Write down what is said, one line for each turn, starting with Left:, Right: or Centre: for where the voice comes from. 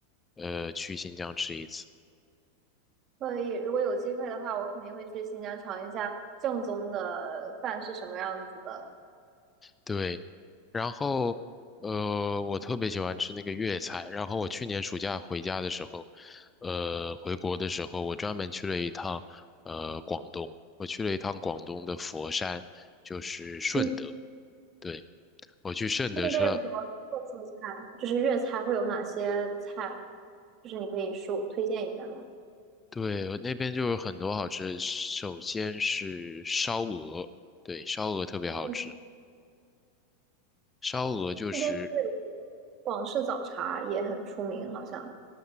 Left: 呃，去新疆吃一次。
Right: 所以，如果有机会的话，我肯定会去新疆尝一下正宗的饭是什么样子的。
Left: 对，然后，呃，我特别喜欢吃那个粤菜。然后我去年暑假回家的时候，呃，回国的时候，我专门去了一趟，呃，广东。我去了一趟广东的佛山，就是顺德。
Right: 嗯。
Left: 对，我去顺德吃了。
Right: 那边有什么特色菜？就是粤菜会有哪些菜？就是你可以说推荐一下吧。
Left: 对，我那边就有很多好吃的，首先是烧鹅，对，烧鹅特别好吃。
Right: 嗯
Left: 烧鹅就是
Right: 那边是不是有什么广式早茶也很出名？好像。